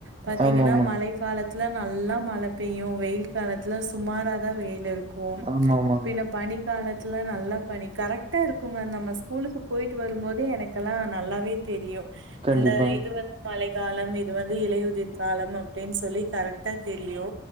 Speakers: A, on the right; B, on the right.
A: பாத்தீங்கன்னா
B: ஆமா ஆமாங்க
A: மழை காலத் துல நல்லா மழ பெய்யு வெய்யி காலத்துல சுமாராதா வெய்யி இருக் கு
B: ஆமா ஆமாங்க
A: பின்ன பனிக்கால த்துல நல்லா பனி கரெக்டா இருக்குங்க நம்ம ஸ்கூலுக்கு போயிட்டு வரும்போதே எனக்கெல்லா நல்லாவே தெரியு
B: கண்டிப்பாங்க
A: இந்த இது வந்து மழைக்காலம் இ இது வந்து இலையுதிர் காலம் அப்டின்னு சொல்லி கரெக்டா தெரியு